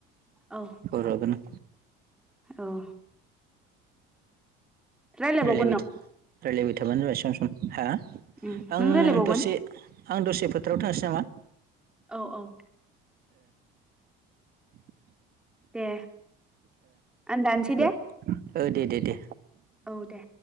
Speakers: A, in the centre; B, on the right.
A: औ
B: खबर हरगोन आं
A: - औ रायलायबावगोन
B: रायलायबाय
A: नों
B: रायलायबाय थाबानो जाबाय सम- सम हा
A: उम
B: आं
A: नों रायलायबावगोन
B: दसे आं दसे फोथाराव थांनोसै नामा
A: औ - औ
B: ओ
A: दे आं दानसै
B: दे औ दे- दे- दे
A: औ दे